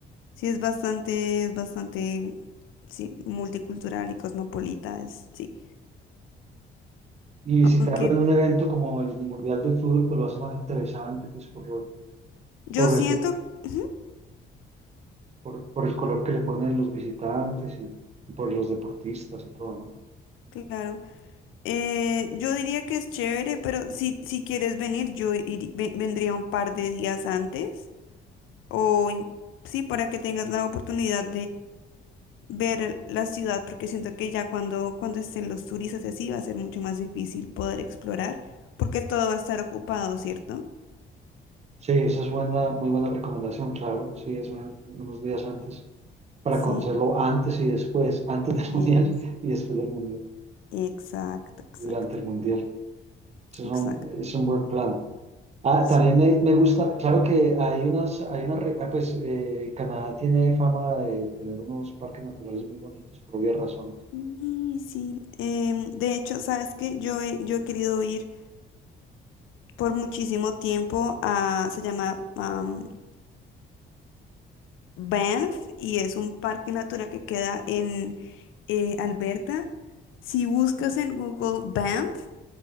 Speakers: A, on the left (about 80°); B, on the right (about 35°).
A: Sí, es bastante, es bastante, sí, multicultural y cosmopolita, es- sí.
B: Y visitarlo
A: Aunque
B: en un evento como el Mundial de Fútbol, pues lo hace más interesante, pues por, lo-
A: yo
B: por
A: siento,
B: el
A: Ujú,
B: por, por el color que le ponen los visitantes y, y por los deportistas y todo, ¿no?
A: claro, Eh, yo diría que es chévere, pero si, si quieres venir, yo iri- ve- vendría un par de días antes, o in- sí, para que tengas la oportunidad ver la ciudad, porque siento que ya cuando, cuando estén los turistas y así va a ser mucho más difícil poder explorar, porque todo va a estar ocupado, ¿cierto?
B: Sí, esa es buena, muy buena recomendación, claro. Sí, es una- unos días antes para
A: Sí,
B: conocerlo antes y después, antes del <laughs>
A: es,
B: mundial y después del mundial,
A: exacto, exacto,
B: durante el mundial. Eso
A: exacto.
B: es un, es un buen plan. Ah,
A: Sí,
B: también me, me gusta, claro que hay unas, hay una, re- ah, pues eh, Canadá tiene fama de tener unos parques naturales muy bonitos por obvias razones.
A: y sí. em, de hecho, sabes que yo he, yo he querido ir por muchísimo tiempo a, se llama am, Banff y es un parque natural que queda en eh, Alberta. Si buscas en Google Banff,